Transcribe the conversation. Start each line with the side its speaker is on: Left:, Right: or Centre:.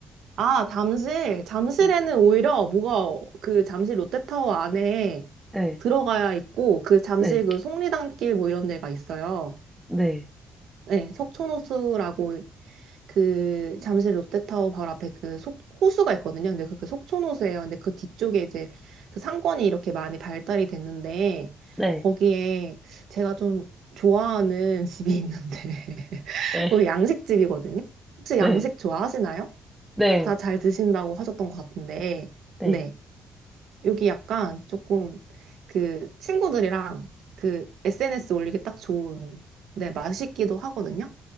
Right: 아, 잠실. 잠실에는
Centre: 네.
Right: 오히려 뭐가 그 잠실 롯데타워 안에
Centre: 네,
Right: 들어가야 있고 그 잠실
Centre: 네,
Right: 그 속리단길 뭐 이런 데가 있어요.
Centre: 네,
Right: 네, 석촌호수라고 그 잠실 롯데타워 바로 앞에 그 속, 호수가 있거든요. 근데 그게 속촌호수예요. 근데 그 뒤쪽에 이제 그 상권이 이렇게 많이 발달이 됐는데
Centre: 네,
Right: 거기에 제가 좀 좋아하는 <laughs> 집이 있는데 <laughs>
Centre: 네,
Right: 거기 양식집이거든요. 혹시
Centre: 네,
Right: 양식 좋아하시나요?
Centre: 네,
Right: 다 잘 드신다고 하셨던 것 같은데,
Centre: 네.
Right: 네. 여기 약간 조금 그 친구들이랑 그 SNS 올리기 딱 좋은, 네, 맛있기도 하거든요.